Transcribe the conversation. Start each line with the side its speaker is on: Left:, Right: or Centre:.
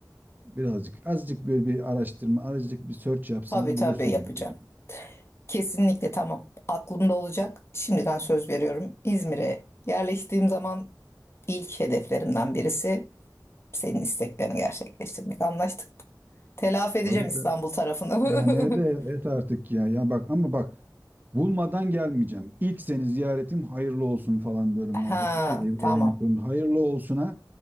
Right: birazcık azıcık böyle bir araştırma azıcık bir search yapsan
Left: tabii tabii
Right: bulursun
Left: yapacağım.
Right: gibi geliyor.
Left: Kesinlikle tamam aklımda olacak. Şimdiden söz veriyorum İzmir'e yerleştiğim zaman ilk hedeflerimden birisi senin isteklerini gerçekleştirmek. Anlaştık. Telafi edeceğim
Right: Tabii
Left: İstanbul
Right: tabii.
Left: tarafını.
Right: Yani et, et
Left: <laughs>
Right: artık ya. Ya bak ama bak bulmadan gelmeyeceğim. İlk seni ziyaretim hayırlı olsun falan böyle muhabbet
Left: Ha,
Right: var ya ev,
Left: tamam.
Right: evini kurmuş. Hayırlı olsuna